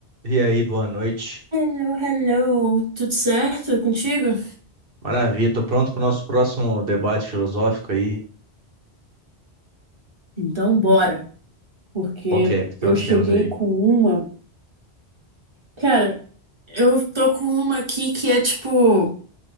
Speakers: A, on the right; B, on the right.
A: E aí, boa noite.
B: Hello, hello, tudo certo contigo?
A: Maravilha, tô pronto para o nosso próximo debate filosófico aí.
B: Então bora, porque
A: Qual que é que
B: eu
A: nós
B: cheguei
A: temos aí?
B: com uma. Cara, eu tô com uma aqui que é tipo